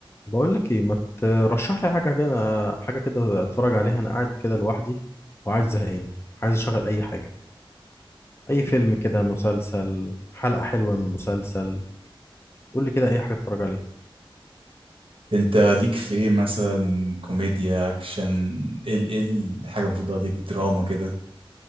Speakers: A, on the left; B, on the right.
A: بقول لك ايه ما ترشح لي حاجه كده حاجه كده اتفرج عليها انا قاعد كده لوحدي وعايز زهقان عايز اشغل اي حاجه اي فيلم كده مسلسل حلقه حلوه من مسلسل قول لي كده اي حاجه اتفرج عليها
B: انت ليك في ايه مثلا كوميديا اكشن ايه ال- ايه الحاجه المفضله ليك دراما كده